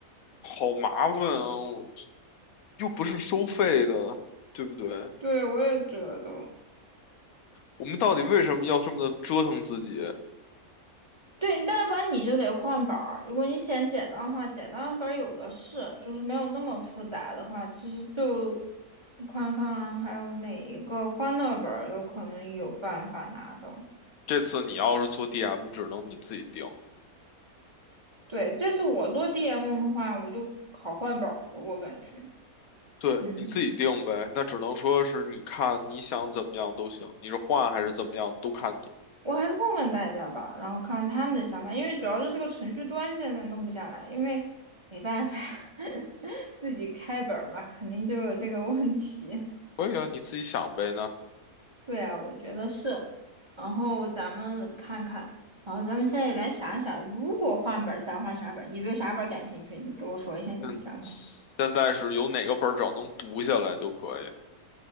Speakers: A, on the left (about 70°); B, on the right (about 25°).
A: 好麻烦啊！我又不是收费的，对不对？
B: 对，我也觉得，
A: 我们到底为什么要这么的折腾自己？
B: 对，要不然你就得换本儿。如果你嫌简单的话，简单的本儿有的是，就是没有那么复杂的话，其实就我看看还有哪一个欢乐本儿有可能有办法拿到。
A: 这次你要是做 DM，只能你自己定。
B: 对，这次我做 DM 的话，我就考换本儿了，我感觉，
A: 对，
B: 嗯，
A: 你自己定呗。那只能说是你看你想怎么样都行，你是换还是怎么样都看你。
B: 我还是问问大家吧，然后看看他们的想法，因为主要是这个程序端现在弄不下来，因为没办法，<laughs> 自己开本儿嘛，肯定就有这个问题。
A: 可以啊，你自己想呗那
B: 对啊，我觉得是。然后咱们看看，然后咱们现在来想想，如果换本儿，咱换啥本儿？你对啥本儿感兴趣？你给我说一下你的想法。
A: 嗯，现在是有哪个本儿只要能读下来就可以。